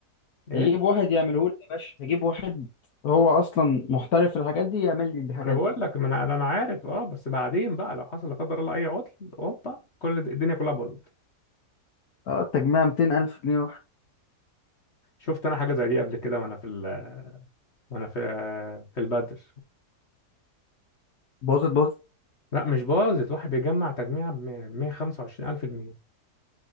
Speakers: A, on the left (about 45°); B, on the left (about 65°).
A: ايه
B: هجيب واحد يعمله لي يا باشا هجيب واحد هو اصلا محترف في الحاجات دي يعمل لي الحاجات
A: ما انا بقول
B: دي
A: لك ما انا انا عارف اه بس بعدين بقى لو حصل لا قدر الله اي عطل هوبا كل د- الدنيا كلها باظت
B: اه التجميع 200,000 جنيه واحد
A: شفت انا حاجه زي دي قبل كده وانا في ال... وانا في في البدر
B: باظت باظت
A: لا مش باظت واحد بيجمع تجميع ب 125 الف جنيه